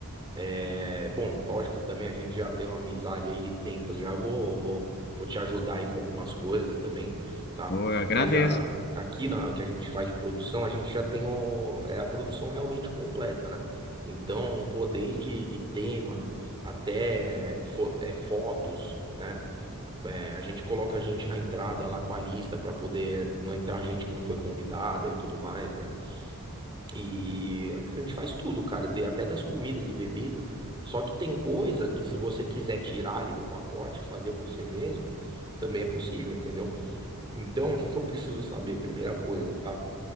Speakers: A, on the right (about 20°); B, on the left (about 45°).
A: É, bom, lógico, também a gente já tem uma amizade aí de tempos, já vou, vou, vou te ajudar aí com algumas coisas também, tá?
B: Ô, eu agradeço,
A: Mas a, aqui na, o que a gente faz de produção, a gente já tem o, é a produção realmente completa, né? Então, um pô, desde de tema até fo- é, fotos, né? É, a gente coloca a gente na entrada lá com a lista para poder não entrar gente que não foi convidada e tudo mais, né? E a gente faz tudo, cara, de- até das comidas e bebidas. Só que tem coisa que se você quiser tirar ali do pacote e fazer você mesmo, também é possível, entendeu? Então, o que que eu preciso saber? Primeira coisa, tá?